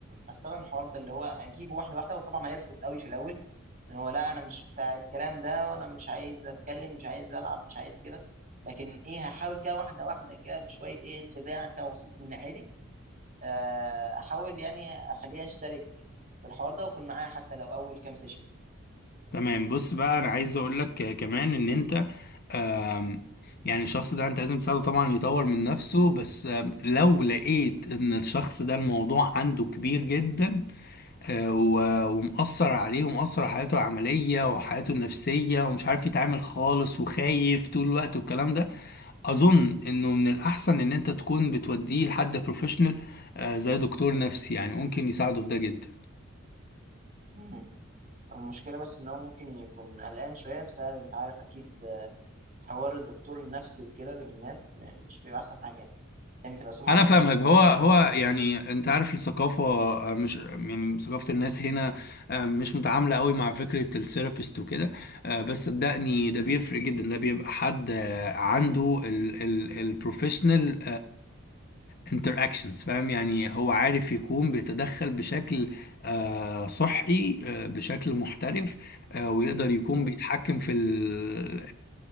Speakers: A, on the right; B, on the left.
A: استخدم الحوار ده اللي هو اجيبه واحده واحده وطبعا هيرفض قوي في الاول ان هو لا انا مش بتاع الكلام ده وانا مش عايز اتكلم مش عايز العب مش عايز كده لكن ايه هحاول كده واحده واحده كده بشويه ايه خداع كده بسيط من ناحيتي آه، احاول يعني اخليه يشترك في الحوار ده واكون معاه حتى لو اول كام سيشن
B: تمام بص بقى انا عايز اقول لك آه، كمان ان انت آم، يعني الشخص ده انت لازم تساعده طبعا يطور من نفسه بس آم، لو لقيت ان الشخص ده الموضوع عنده كبير جدا آه، و- ومأثر عليه ومأثر على حياته العملية وحياته النفسية ومش عارف يتعامل خالص وخايف طول الوقت والكلام ده أظن إنه من الأحسن إن أنت تكون بتوديه لحد بروفيشنال زي دكتور نفسي يعني ممكن يساعده في ده جدا
A: مم. المشكله بس ان هو ممكن يكون قلقان شويه بسبب انت عارف اكيد آه، حوار الدكتور النفسي وكده بين الناس م- مش بيبقى احسن حاجه يعني دايما تبقى سمعه
B: أنا
A: وحشه
B: فاهمك
A: ان
B: هو
A: ده
B: هو
A: بتاع
B: يعني أنت عارف الثقافة آه، مش يعني ثقافة الناس هنا آه، مش متعاملة قوي مع فكرة الثيرابيست وكده آه، بس صدقني ده بيفرق جدا ده بيبقى حد آه، عنده البروفيشنال interactions فاهم يعني هو عارف يكون بيتدخل بشكل آه، صحي آه، بشكل محترف آه، ويقدر يكون
A: مم.
B: بيتحكم في ال-